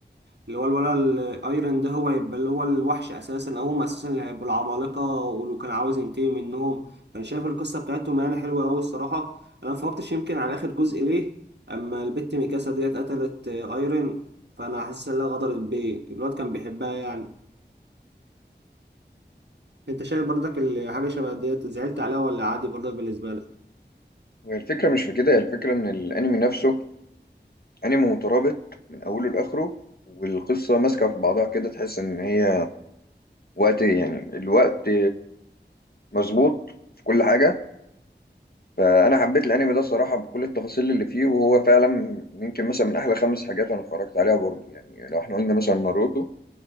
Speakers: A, on the right (about 70°); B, on the left (about 60°).
A: اللي هو الولا الايرن ده هو يبقى اللي هو الوحش اساسا او هم اساسا اللي هيبقوا العمالقه ولو كان عاوز ينتقم منهم انا شايف القصه بتاعتهم يعني حلوه قوي الصراحه انا ما فكرتش يمكن على اخر جزء ليه اما البت ميكاسا ديت قتلت آه، ايرن فانا حاسس انها غدرت بيه الواد كان بيحبها يعني انت شايف برضك ال- حاجه شبه ديت زعلت عليها ولا عادي برضك بالنسبه لك
B: هي الفكره مش في كده هي الفكره ان الانمي نفسه انمي مترابط من اوله لاخره والقصه ماسكه في بعضها كده تحس ان هي وقت يعني الوقت مظبوط في كل حاجه فانا حبيت الانمي ده الصراحه بكل التفاصيل اللي فيه وهو فعلا يمكن مثلا من احلى خمس حاجات انا اتفرجت عليها برضو يعني لو احنا قلنا مثلا ناروتو